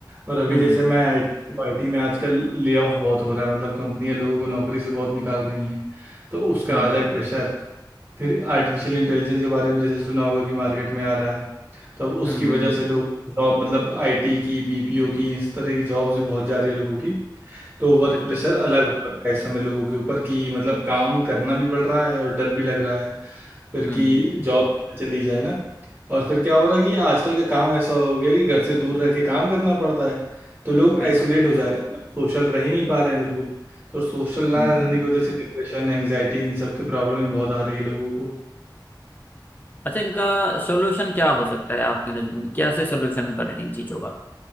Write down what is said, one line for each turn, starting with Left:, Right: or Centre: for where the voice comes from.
Right: और अभी
Left: हम्म
Right: जैसे मैं आईटी तो आईटी में आजकल ले ऑफ बहुत हो रहा है मतलब कंपनियां लोगों को नौकरी से बहुत निकाल रही हैं तो उसका
Left: हम्म
Right: अलग प्रेशर फिर आर्टिफिशियल इंटेलिजेंस के बारे में जैसे सुना होगा कि मार्केट में आ रहा है तो अब उसकी
Left: हम्म हम्म
Right: वजह
Left: हम्म,
Right: से लोग जॉब मतलब आईटी की बीपीओ की इस तरह की जॉब्स भी बहुत जा रही है लोगों की तो वर्क
Left: बिल्कुल
Right: प्रेशर
Left: बिल्कुल
Right: अलग हो रखा है इस समय लोगों के ऊपर कि मतलब काम करना भी पड़ रहा है और डर भी लग रहा है फिर
Left: हम्म
Right: कि जॉब चली जाए ना और फिर क्या हो रहा है कि आजकल का काम ऐसा हो गया कि घर से दूर रह के काम करना पड़ता है तो लोग आइसोलेट
Left: बिल्कुल
Right: हो जा रहे हैं सोशल रह ही नहीं पा रहे हैं बिल्कुल तो सोशल ना
Left: हम्म हम्म।
Right: रहने की वजह से डिप्रेशन एंग्जाइटी इन सब की प्रॉब्लम ही बहुत आ रही है लोगों को
Left: अच्छा इनका सोल्यूशन क्या हो सकता है आपकी नज़र में क्या से सोल्यूशन बने इन चीज़ों का